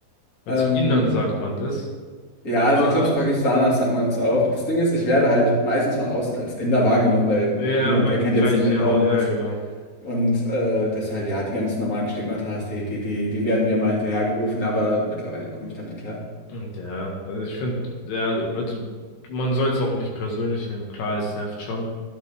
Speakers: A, on the left; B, on the left.
A: Weil
B: Ähm,
A: zu Indern sagt man das.
B: ja, also ich glaube,
A: Äh,
B: zu Pakistanern sagt man es auch. Das Ding ist, ich werde halt meistens von außen als Inder wahrgenommen, weil
A: Ja,
B: niemand
A: weil
B: erkennt
A: gleich,
B: jetzt einen
A: ja
B: Inder
A: Haut,
B: und
A: ja,
B: Pakistaner.
A: genau.
B: Und äh, deshalb, ja, die ganzen normalen Stigmata, die, die, die, die werden mir immer hinterhergerufen, aber mittlerweile komme ich damit klar.
A: Und Ja, also ich finde, ja, also man soll es auch nicht persönlich nehmen. Klar, es nervt schon.